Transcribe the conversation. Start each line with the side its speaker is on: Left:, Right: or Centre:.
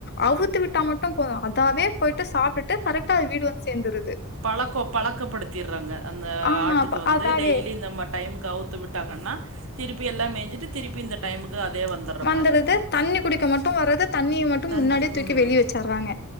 Left: அவுத்து விட்டா மட்டும் போதும் அதாவே போயிட்டு சாப்பிட்டுட்டு கரெக்டா வீடு வந்து சேர்ந்துருது
Right: பழக்க பழக்கப்படுத்திடுறாங்க அந்த
Left: ஆமா
Right: ஆட்டுக்கு
Left: அப்ப
Right: ம் வந்து
Left: அதாவே.
Right: டெய்லி நம்ம டைம் அவுத்து விட்டாங்கன்னா திருப்பி எல்லாமேஞ்சுட்டு திருப்பி இந்த டைமுக்கு அதே வந்துர்ற
Left: வந்துறது
Right: மாரி
Left: தண்ணி குடிக்க மட்டும் வர்றது தண்ணிய மட்டும்
Right: தண்ணி
Left: முன்னாடியே தூக்கி
Right: ம்
Left: வெளிய வச்சடுறாங்க